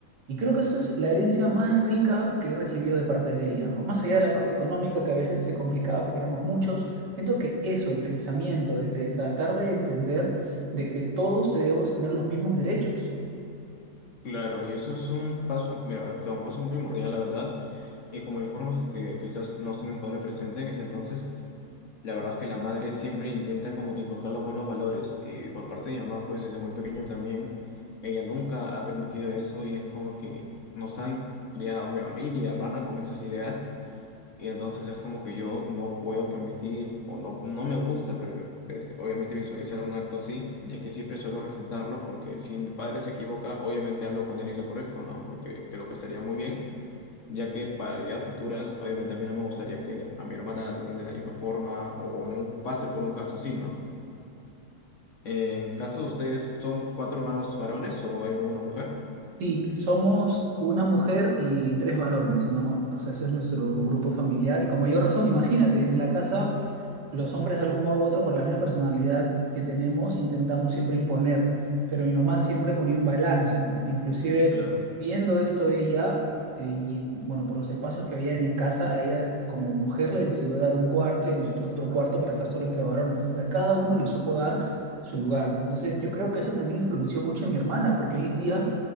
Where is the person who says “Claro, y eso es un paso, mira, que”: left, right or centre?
Left